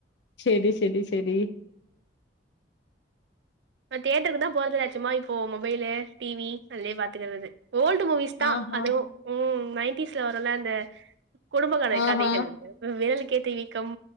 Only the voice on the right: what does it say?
நா தேட்டருக்கு தா போறதுல சும்மா இப்போ மொபைலு டிவி இதுலயே பாத்துக்கறது ஓல்டு மூவிஸ் தா
அதுவும் நைன்டீஸ்ல வரும்ல அந்த குடும்பகான
கதைகள் விரலுக்கேத்த வீக்கம்